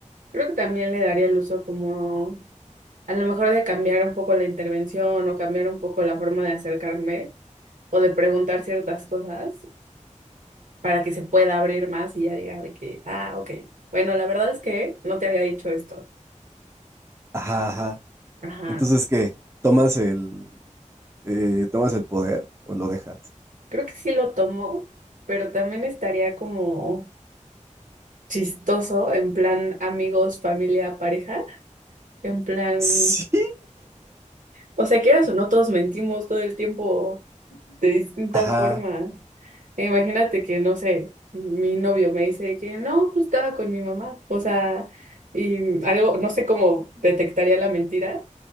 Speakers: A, on the right; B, on the right.
A: Creo que también le daría el uso como, a lo mejor de cambiar un poco la intervención o cambiar un poco la forma de acercarme o de preguntar ciertas cosas para que se pueda abrir más y ya diga de que, ah, ok. Bueno, la verdad es que no te había dicho esto.
B: Ajá, ajá.
A: Ajá.
B: Entonces, ¿qué? ¿Tomas el, eh, tomas el poder o lo dejas?
A: Creo que sí lo tomó, pero también estaría como chistoso, en plan amigos, familia, pareja, en plan,
B: Sí.
A: o sea, quieras o no, todos mentimos todo el tiempo de distintas
B: Ajá,
A: formas. E imagínate que, no sé, mi novio me dice que no, pues estaba con mi mamá, o sea, y algo, no sé cómo detectaría la mentira,